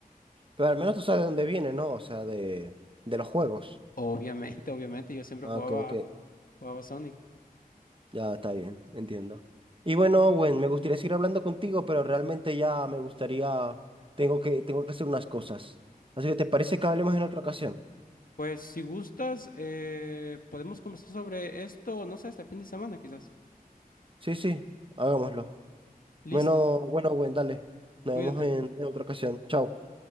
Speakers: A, on the right; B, on the left.
A: Pero al menos tú sabes de dónde viene, ¿no? O sea, de, de los juegos.
B: Obviamente, <laughs> obviamente, yo siempre
A: Ah,
B: jugaba,
A: ok, ok.
B: jugaba Sonic.
A: Ya está bien, entiendo. Y bueno, Owen, me gustaría seguir hablando contigo, pero realmente ya me gustaría, tengo que, tengo que hacer unas cosas. Así que, ¿te parece que hablemos en otra ocasión?
B: Pues si gustas, eh, podemos conversar sobre esto, no sé, este fin de semana quizás.
A: Sí, sí, hagámoslo.
B: Listo,
A: Bueno, bueno, Gwen, dale. Nos
B: cuídate.
A: vemos en en otra ocasión. Chao.